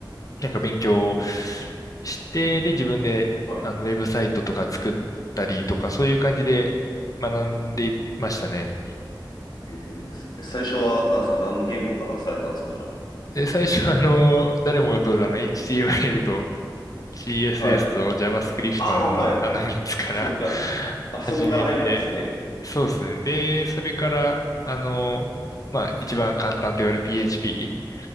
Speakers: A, on the left; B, on the left.
A: なんか勉強をして、で、自分で、
B: はい。
A: あの、ウェブサイトとか作ったりとか、そういう感じで学んでましたね。
B: えー、す最初は何ですか何の言語からされたんですかじゃ
A: で、最初はあの、誰もが通るあの HTML と CSS
B: あはい。
A: と JavaScript
B: ああ、
A: のあの3つから
B: はい。そこか、
A: <laughs>
B: あ、
A: 始めて、
B: そこから入ったんですね。
A: そうですね。で、それから、あの、まあ、一番簡単と言われる PHP